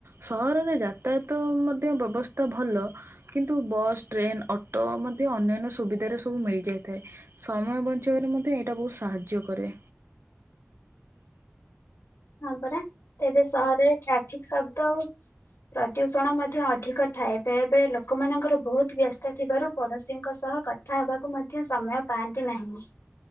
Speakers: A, on the right; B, on the left.
A: ସହରରେ ଯାତାୟତ ମଧ୍ୟ ବ୍ୟବସ୍ଥା ଭଲ କିନ୍ତୁ ବସ୍ ଟ୍ରେନ୍ ଅଟୋ ମଧ୍ୟ ଅନ୍ୟାନ୍ୟ ସୁବିଧାରେ ସବୁ ମିଳିଯାଇଥାଏ। ସମୟ ବଞ୍ଚାଇବାରେ ମଧ୍ୟ ଏଇଟା ବହୁତ ସାହାଯ୍ୟ କରେ
B: ହଁ ପରା ତେବେ ସହରରେ ଟ୍ରାଫିକ ଶବ୍ଦ ଓ ପ୍ରଦୂଷଣ ମଧ୍ୟ ଅଧିକ ଥାଏ ବେଳେ ବେଳେ ଲୋକମାନଙ୍କର ବହୁତ ବ୍ୟସ୍ତ ଥିବାରୁ ପଡୋଶୀଙ୍କ ସହ କଥା ହବାକୁ ମଧ୍ୟ ସମୟ ପାଆନ୍ତି ନାହିଁ।